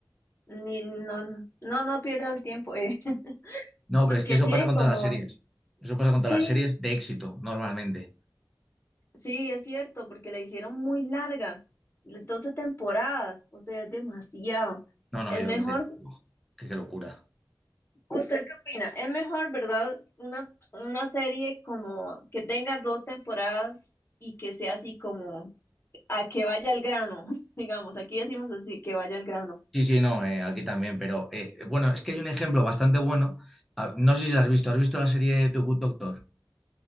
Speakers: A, on the left (about 30°); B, in the centre.
A: Ni, no, no, no, no pierda el tiempo, eh, <laughs>
B: No,
A: porque
B: pero es que eso
A: tiene
B: pasa con
A: como,
B: todas las series. Eso pasa con
A: sí,
B: todas las series de éxito, normalmente.
A: sí, es cierto, porque la hicieron muy larga, 12 temporadas, o sea, es demasiado.
B: No, no,
A: Es
B: yo,
A: mejor,
B: doce. Uf, qué, qué locura.
A: ¿usted qué opina? Es mejor, ¿verdad? Una, una serie como que tenga dos temporadas y que sea así como a que vaya al grano, <laughs> digamos, aquí decimos así, que vaya al grano
B: Sí, sí, no, eh, aquí también, pero eh, bueno, es que hay un ejemplo bastante bueno. Ah, No sé si lo has visto, ¿has visto la serie The Good Doctor?